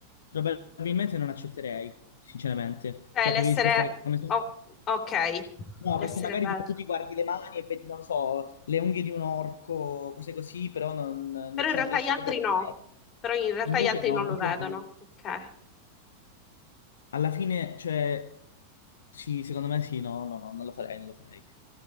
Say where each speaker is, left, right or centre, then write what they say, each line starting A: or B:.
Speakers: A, on the left (about 65°); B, on the left (about 30°).
A: probabilmente non accetterei, sinceramente.
B: Cioè,
A: Cioè,
B: l'essere...
A: preferisco stare come sono.
B: o- ok,
A: No,
B: l'essere
A: perché magari
B: bella.
A: tipo, tu ti guardi le mani e vedi, non lo so, le unghie di un orco, cose così, però non, non-
B: Però in
A: cioè,
B: realtà
A: non riesci
B: gli altri
A: proprio a
B: no.
A: vedere.
B: Però in realtà
A: Invece
B: gli altri
A: no,
B: non lo
A: così
B: vedono.
A: è brutto.
B: Ok.
A: Alla fine, cioè, sì, secondo me sì, no, no, no, non lo farei, non lo farei.